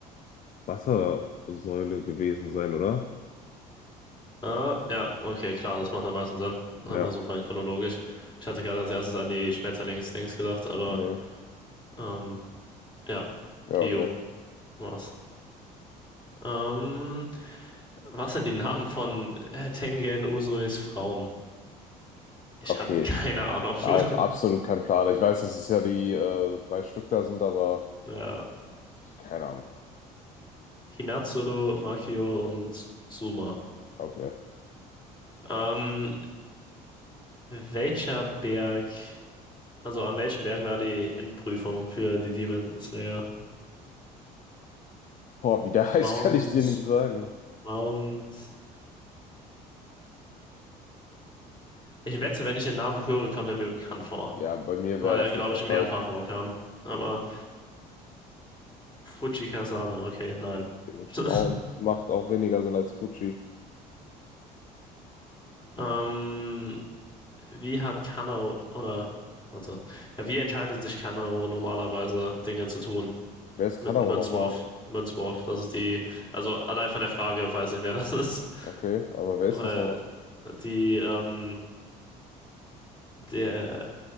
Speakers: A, on the left (about 35°); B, on the left (about 20°).
A: Wassersäule gewesen sein, oder?
B: Äh, ja, okay, klar, das macht am meisten Sinn. Einfach
A: Ja.
B: so rein chronologisch. Ich hatte gerade als erstes an die Schmetterlings-Dings gedacht, aber
A: Nee.
B: ähm, ja,
A: Ja,
B: Gio
A: okay.
B: war's. Ähm, Was sind die Namen von äh, Tengen Usuis Frauen? Ich
A: Okay.
B: habe keine Ahnung.
A: Auch
B: <laughs>
A: absolut kein Plan. Ich weiß, dass es ja die äh, drei Stück da sind, aber
B: Ja.
A: keine Ahnung.
B: Hinatsuru, Makio und Suma.
A: Okay.
B: Ähm, welcher Berg, also an welchem Berg war die Endprüfung für die Demon Slayer?
A: Boah, wie der <laughs> heißt,
B: Mount,
A: kann ich dir nicht sagen.
B: Mount. Ich wette, wenn ich den Namen höre, kommt er mir bekannt vor.
A: Ja, bei mir
B: Weil
A: wäre das
B: er, glaube
A: nicht der
B: ich, mehrfach
A: Fall.
B: vorkam. Aber Fujikasane, okay, nein.
A: Okay.
B: <laughs>
A: Mount macht auch weniger Sinn als Fuji.
B: Ähm, Wie hat Kanao oder warte, ja, wie entscheidet sich Kanao normalerweise Dinge zu tun
A: Wer ist
B: mit
A: Kanaro
B: einem Münzwurf?
A: nochmal?
B: Münzwurf, das ist die, also allein von der Frage weiß ich, wer das ist,
A: Okay, aber wer ist
B: weil
A: das nochmal?
B: die ähm, der